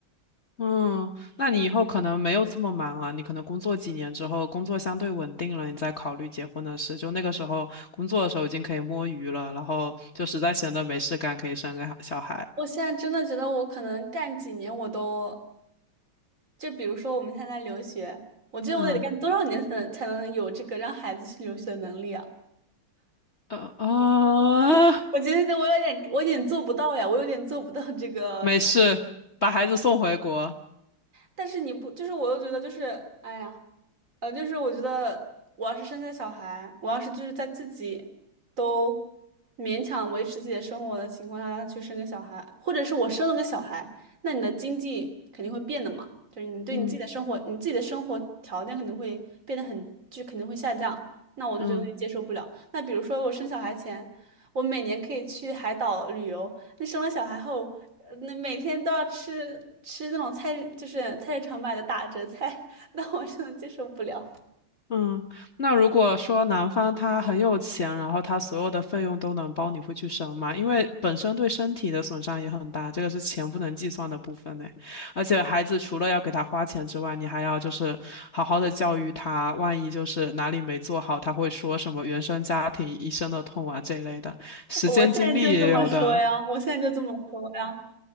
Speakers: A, on the left (about 40°); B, on the right (about 35°).
A: 嗯，那你以后可能没有这么忙啊，
B: 嗯，
A: 你可能工作几年之后，工作相对稳定了，你再考虑结婚的事。就那个时候，工作的时候已经可以摸鱼了，然后就实在闲得没事干，可以生个小孩。
B: 我现在真的觉得我可能干几年我都，就比如说我们现在留学，我觉得我得干多少年才能才能有这个让孩子去留学的能力啊？
A: 嗯，呃啊，<laughs>
B: 我觉得我有点，我有点做不到呀，我有点做不到这个这，
A: 没事，把孩子送回国。
B: 但是你不，就是我又觉得就是，哎呀，呃，就是我觉得我要是生下小孩，我要是就是在自己都勉强维持自己的生活的情况下去生个小孩，或者是我生了个小孩，那你的经济肯定会变的嘛，就是你对你自己的生活，
A: 嗯
B: 你自己的生活条件肯定会变得很，就肯定会下降。那我就觉得有点接受不了。
A: 嗯。
B: 那比如说我生小孩前，我每年可以去海岛旅游，那生了小孩后，呃那每天都要吃吃那种菜，就是菜市场买的打折菜。那我真的接受不了。
A: 嗯，那如果说男方他很有钱，然后他所有的费用都能包，你会去生吗？因为本身对身体的损伤也很大，这个是钱不能计算的部分呢。而且孩子除了要给他花钱之外，你还要就是好好的教育他，万一就是哪里没做好，他会说什么原生家庭一生的痛啊这一类的，时间精力也有的
B: 我现在就这么说呀，我现在就这么说呀。